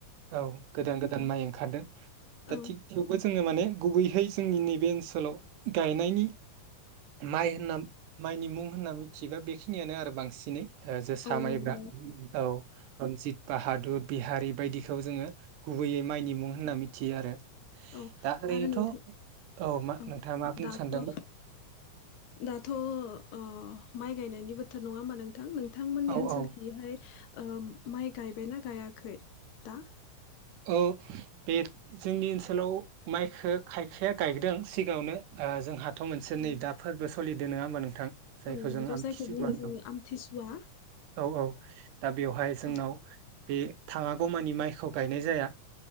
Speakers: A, on the right; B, on the left.
A: औ गोदान गोदान माइ ओंखारदों दा
B: औ
A: थिग थेवबो जोङो माने गुबैहाय जोंनि नैबे ओनसोलाव गायनायनि माइ होनना माइनि मुं होनना मिथियोबा बेखिनियानो आरो बांसिनै। ओ जोसा
B: औ
A: माइब्रा
B: नंगौ
A: औ रनजित बाहादुर बिहारि बायदिखौ जोङो गुबैयै माइनि मुं होनना मिथियो आरो।
B: औ
A: दा ओरैनोथ'
B: आरो नोंथां
A: मा
B: औ
A: नोंथाङा मा बुंनो
B: दाथ'
A: सानदोंमोन
B: दाथ' ओ माइ गायनायनि बोथोर नङा होमबा नों थां नोंथांमोननि
A: औ
B: ओनसोलखिहाय
A: औ
B: ओ माइ गायबायना गायाखै दा?
A: ओ बे जोंनि ओनसोलाव माइखो खायखाया गायदों सिगाङावनो ओ जोंहा थ' मोनसे
B: औ
A: नै दा फोरबो फालिदो नोङा होमबा नोंथां? जायखौ
B: औ नंगौ
A: जों आमथिसुवा
B: जायखौ बुङो
A: होनो
B: जोङो आमथिसुवा
A: औ औ दा बेवहाय जोंनाव
B: औ
A: बे थाङागौ मानि माइखौ गायनाय जाया।